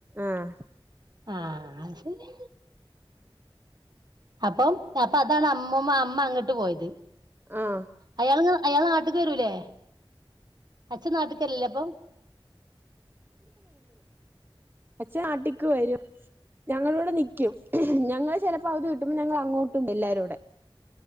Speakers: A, on the right; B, on the right.
A: ആഹ.
B: ആഹ, അത്, ശരി അപ്പം, അപ്പൊഅതാണ്, അമ്മ, അമ്മ അങ്ങോട്ട് പോയത്
A: ആഹ.
B: അയാള് അയാള്, നാട്ട്ക്ക്‌, വരൂല്ലേ അച്ഛൻ, നാട്ടക്കരലില്ലെ, അപ്പൊ
A: അച്ഛ, നാട്ടക്ക് വരും, ഞങ്ങള ഇടെ, നിക്കും, ഞങ്ങൾ, ചിലപ്പോ പൗതി, കിട്ടുമ്പോ, ഞങ്ങൾ, അങ്ങോട്ടും, ണ്ട് എല്ലാരും കൂടെ